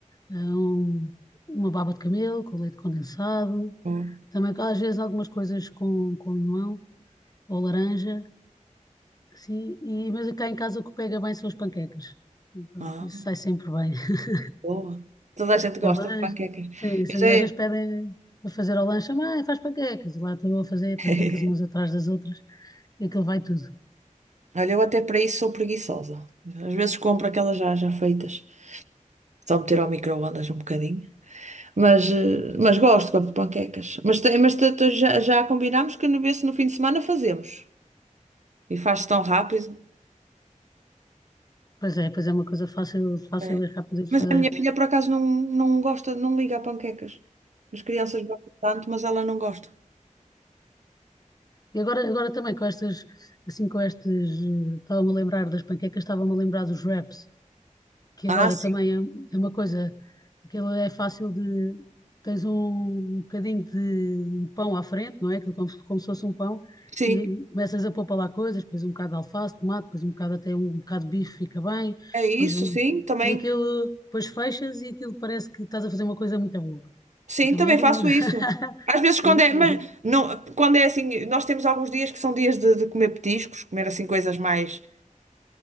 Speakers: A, on the left (about 30°); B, on the right (about 65°).
A: eh, um- uma baba de camelo com leite condensado.
B: Oh,
A: Também às vezes algumas coisas com, com limão ou laranja. Assim, e, mas cá em casa o que pega bem são as panquecas. E pronto,
B: Ah,
A: isso sai sempre bem. <laughs>
B: boa. Toda a gente gosta
A: Ao lanche,
B: de panquecas.
A: sim, sim,
B: Eu já.
A: às vezes pedem para fazer ao lanche, mãe, faz panquecas. E lá estou eu a fazer
B: <laughs>
A: panquecas umas atrás das outras e aquilo vai tudo.
B: Olha, eu até para isso sou preguiçosa. Às vezes compro aquelas já, já feitas. Só meter ao micro-ondas um bocadinho. Mas, eh, mas gosto, gosto de panquecas. Mas, te- mas te- te- já, já combinámos que no, vê se no fim de semana fazemos. E faz-se tão rápido.
A: Pois é, pois é uma coisa fácil, fácil
B: É.
A: e rápida de fazer.
B: A minha filha, por acaso, não, não gosta, não liga a panquecas. As crianças gostam tanto, mas ela não gosta.
A: E agora, agora também com estas, assim com estes, eh, estava-me a lembrar das panquecas, estava-me a lembrar dos wraps, que
B: Ah,
A: agora
B: sim,
A: também é, é uma coisa, aquilo é fácil de, tens um um bocadinho de um pão à frente, não é? Aquilo como, se- como se fosse um pão,
B: sim.
A: e começas a pôr para lá coisas, depois um bocado de alface, tomate, depois um bocado até um um bocado de bife fica bem,
B: É isso,
A: depois um,
B: sim. Também.
A: e aquilo, depois fechas e aquilo parece que estás a fazer uma coisa muito boa.
B: Sim,
A: Também
B: também
A: é bom.
B: faço
A: <laughs>
B: isso. Às vezes quando
A: É.
B: é, mas não, quando é assim, nós temos alguns dias que são dias de, de comer petiscos, comer assim coisas mais